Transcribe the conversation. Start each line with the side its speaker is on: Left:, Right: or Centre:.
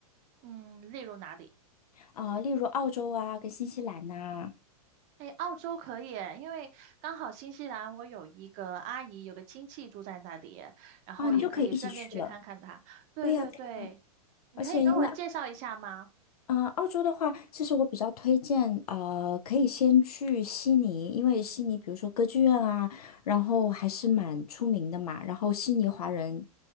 Right: 嗯，例如哪里？
Left: 啊，例如澳洲啊，跟新西兰呐，
Right: 哎，澳洲可以诶因为刚好新西兰我有一个阿姨，有个亲戚住在那里，然后也可以顺便去看看她。
Left: 啊，你就可以一起去了。
Right: 对对对，
Left: 对呀，对呀，
Right: 你可以跟我介绍一下吗？
Left: 而且因为嗯，呃澳洲的话，其实我比较推荐，呃，可以先去悉尼，因为悉尼比如说歌剧院啊，然后还是蛮出名的嘛。然后悉尼华人